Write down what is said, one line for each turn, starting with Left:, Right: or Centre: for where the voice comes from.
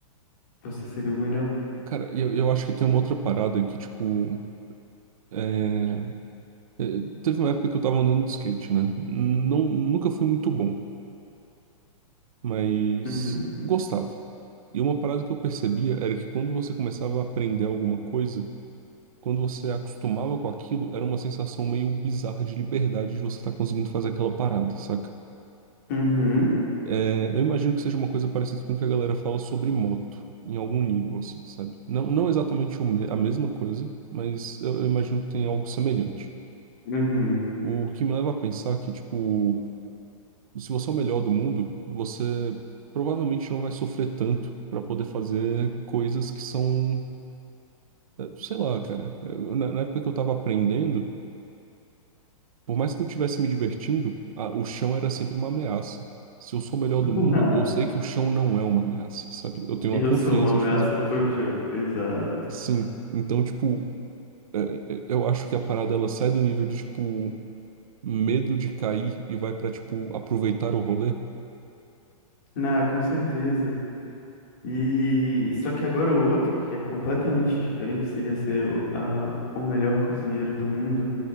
Left: você seria o melhor.
Right: Cara, eu, eu acho que tem uma outra parada que, tipo, é, é, teve uma época que eu tava andando de skate, né? Não, nunca fui muito bom, mas
Left: Uhum.
Right: gostava. E uma parada que eu percebia era que quando você começava a aprender alguma coisa, quando você acostumava com aquilo, era uma sensação meio bizarra de liberdade de você estar conseguindo fazer aquela parada, saca?
Left: Uhum.
Right: É, eu imagino que seja uma coisa parecida com o que a galera fala sobre moto, em algum nível, assim, sabe? Não, não exatamente o me- a mesma coisa, mas eu eu imagino que tem algo semelhante.
Left: Uhum.
Right: O que me leva a pensar que, tipo, se você é o melhor do mundo, você provavelmente não vai sofrer tanto para poder fazer coisas que são, eh, sei lá, cara. Eh, Na, na época que eu tava aprendendo, por mais que eu estivesse me divertindo, a- o chão era sempre uma ameaça. Se eu sou o melhor do
Left: <laughs>
Right: mundo, eu sei que o chão não é uma ameaça, sabe? Eu tenho
Left: Eu
Right: a confiança
Left: sou uma ameaça
Right: de fazer. um,
Left: pro show. Exato.
Right: Sim. Então, tipo, eh, eh, eu acho que a parada ela sai do nível de, tipo, medo de cair e vai pra, tipo, aproveitar o rolê.
Left: Ah, com certeza. E só que agora o outro, que é completamente diferente, seria ser o, a- o melhor cozinheiro do mundo.